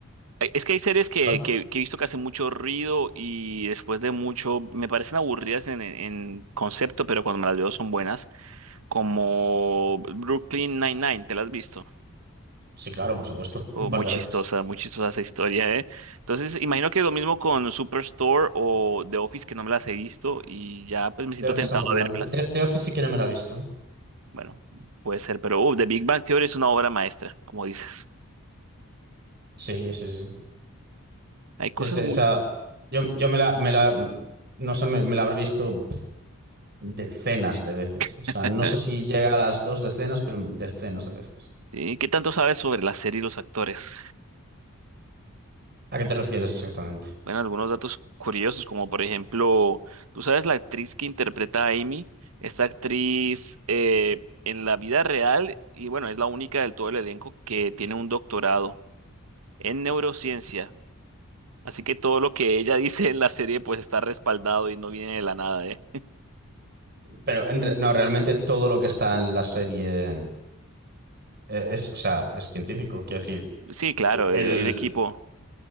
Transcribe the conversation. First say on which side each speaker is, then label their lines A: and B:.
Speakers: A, on the right; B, on the right.
A: Es que hay series que,
B: ¿Cuál?
A: que, que he visto que hacen mucho ruido y después de mucho... Me parecen aburridas en, en en concepto, pero cuando me las veo son buenas. como Brooklyn Nine-Nine, ¿te la has visto?
B: Sí, claro, por supuesto.
A: Oh,
B: Un par
A: muy
B: de
A: chistosa,
B: veces.
A: muy chistosa esa historia, ¿eh? Entonces, imagino que lo mismo con Superstore o The Office, que no me las he visto y ya pues me
B: The
A: siento
B: Office
A: tentado
B: tampoco
A: a
B: me
A: vérmelas.
B: la he The, The Office sí que no me la he visto. ¿eh?
A: Bueno, puede ser, pero uh, The Big Bang Theory es una obra maestra, como dices.
B: Sí, sí, sí.
A: Hay cosas
B: Es- esa,
A: muy...
B: yo, yo me la, me la, no sé, me, me la habré visto pf, decenas de veces.
A: <laughs>
B: O sea, no sé si llega a las dos decenas, pero decenas de veces.
A: ¿Sí? ¿Qué tanto sabes sobre la serie y los actores?
B: ¿A qué te refieres exactamente?
A: Bueno, algunos datos curiosos, como por ejemplo, tú sabes la actriz que interpreta a Amy, esta actriz eh, en la vida real, y bueno, es la única del todo el elenco que tiene un doctorado en neurociencia. Así que todo lo que ella <laughs> dice en la serie, pues está respaldado y no viene de la nada, ¿eh?
B: Pero en re- no, realmente todo lo que está en la serie eh, es, o sea, es científico. Quiero decir,
A: Sí, claro,
B: e- el,
A: eh, hay un equipo.